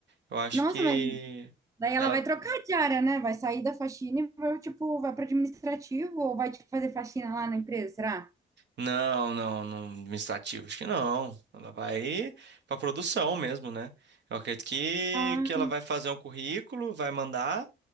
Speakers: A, on the right; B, on the right.
A: Eu acho
B: Nossa,
A: que
B: mas daí ela
A: ela
B: vai trocar de área, né? Vai sair da faxina e vai, tipo, vai para administrativo ou vai, tipo, fazer faxina lá na empresa, será?
A: não, não, não administrativo, acho que não. Ela vai pra produção mesmo, né? Eu acredito que
B: Ah,
A: que ela vai fazer um currículo, vai mandar